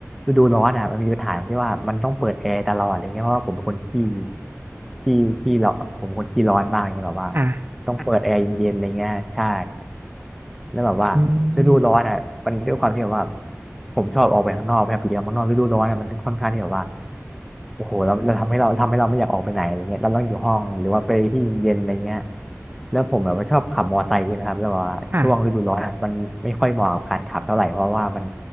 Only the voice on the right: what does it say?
ค่ะ
อืม
ค่ะ